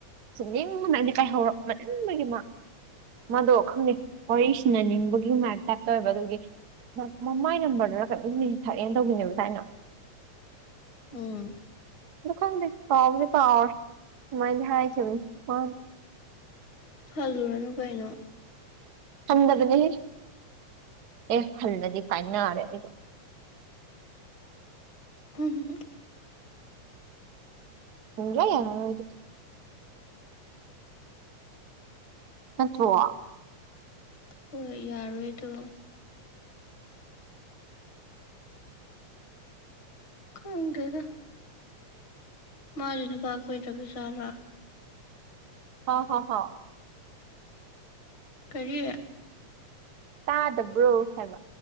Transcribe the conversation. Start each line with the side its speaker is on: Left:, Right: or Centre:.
Right: ꯆꯩꯅꯤꯡꯕꯅ ꯑꯩꯗꯤ ꯀꯥꯏꯍꯧꯔꯛꯃꯟꯕꯒꯤ ꯃꯥ ꯃꯥꯗꯣ ꯈꯪꯗꯦ ꯋꯥꯔꯤ ꯁꯥꯟꯅꯅꯤꯡꯕꯒꯤ ꯃꯥꯢꯞ ꯇꯥꯢꯞ ꯇꯧꯋꯦꯕ ꯑꯗꯨꯒꯤ ꯃ ꯃꯃꯥꯏ ꯅꯝꯕꯔꯗꯔ ꯀꯩꯅꯣꯝ ꯃꯦꯁꯦꯁ ꯊꯥꯔꯛꯑꯦꯅ ꯇꯧꯒꯤꯝꯅꯦꯕ ꯊꯥꯏꯅ
Left: ꯎꯝ
Right: ꯑꯗꯨ ꯈꯪꯗꯦ ꯀꯥꯎꯗꯤ ꯀꯥꯎꯔꯦ ꯑꯗꯨꯃꯥꯏꯗꯤ ꯍꯥꯢꯈꯤꯕꯅꯤ ꯃꯥꯅ
Left: ꯍꯜꯂꯨꯔꯅꯨ ꯀꯩꯅꯣ
Right: ꯍꯟꯗꯕꯅꯦꯍ ꯑꯦ ꯍꯜꯂꯗꯤ ꯀꯥꯏꯅꯔꯦ ꯑꯩꯗꯣ
Left: ꯎꯝ
Right: ꯎꯂ ꯌꯥꯗꯤ ꯅꯠꯇ꯭ꯔꯣ
Left: ꯍꯣꯏ ꯌꯥꯔꯣꯏꯗꯣ ꯎꯗꯗ ꯃꯥꯗꯤ ꯅꯨꯄꯥ ꯈꯣꯏꯗ꯭ꯔꯕ ꯖꯥꯂꯥ
Right: ꯍ ꯍꯣ ꯍꯣ
Left: ꯀꯔꯤ
Right: ꯇꯥꯗꯕ꯭ꯔꯣ ꯍꯥꯏꯕ